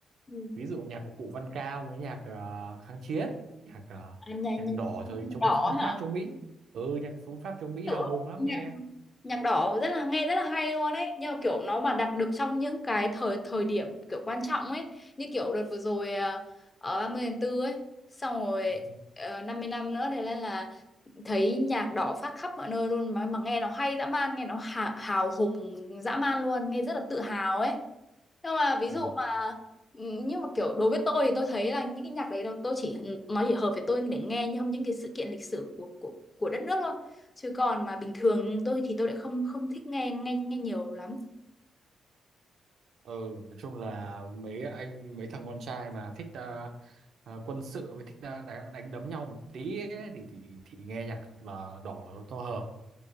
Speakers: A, on the left (about 30°); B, on the right (about 70°).
A: ừ.
B: ví dụ nhạc của cụ Văn Cao với nhạc ờ, kháng chiến nhạc ờ,
A: à, nhạc,
B: nhạc
A: nhạc
B: đỏ thời chống
A: đỏ
B: Pháp
A: hả
B: chống Mỹ ừ nhạc chống Pháp chống Mỹ
A: Tự-
B: hào hùng lắm
A: nhạc
B: nghe
A: nhạc đỏ rất là nghe rất là hay luôn ấy nhưng mà kiểu nó mà đặt được trong những cái thời thời điểm kiểu quan trọng ấy như kiểu đợt vừa rồi à, ở 30 tháng 4 ấy xong rồi
B: Ừ.
A: uh, 50 năm nữa thì lên là thấy nhạc đỏ phát khắp mọi nơi luôn mà mà nghe nó hay dã man nghe nó hào, hào hùng dã man luôn nghe rất là tự hào ấy nhưng mà ví
B: Ừ.
A: dụ mà nhưng mà kiểu đối với tôi thì tôi thấy là những cái nhạc đấy nó- tôi chỉ nó chỉ hợp với tôi để nghe trong những cái sự kiện lịch sử của của của đất nước thôi chứ còn mà bình thường tôi thì tôi lại không không thích nghe nghe nghe nhiều lắm
B: Ừ, nói chung là mấy anh mấy thằng con trai mà thích ờ, ờ, quân sự với thích ờ, đánh, đánh đấm nhau một tí ấy, thì thì thì nghe nhạc là đỏ nó to hợp